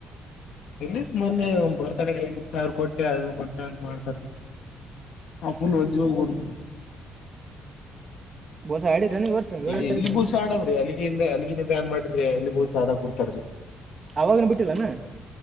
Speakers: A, on the left; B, on the right.
A: ಎ ಮ ಬರ್. ಡೆ ಎದು ಸಾವಿರ ಕೋಟ್. ಟ್ಟದು ಕೊಟ್ಟೆ ಅಂತ ಮಾಡ್ತಾರ ಆ ಫುಲ್ ಒಜ್ಜ ಹೋಗಿ ಕೊಡತಿ.
B: ಬಸ ಆಡಿ ಜನ ವರ್ಷ. ಏಳನೇ
A: ಏ
B: ತಾರೀಕು
A: ಎಲ್ಲಿ ಬೋಸ ಆಡಾವ್ರೀ ಅಲ್ಲಿಗೆ ಇಲ್ಲ ಅಲ್ಲಿಗಿನೇ ಬ್ಯಾನ್ ಮಾಡ್ರರಿ ಅಲ್ಲಿ ಬೋಸ ಆಡ ಕೊಡ್ತಾರ್ರೀ.
B: ಅವಾಗನ ಬಿಟ್ಟಿಲ್ಲಾನ.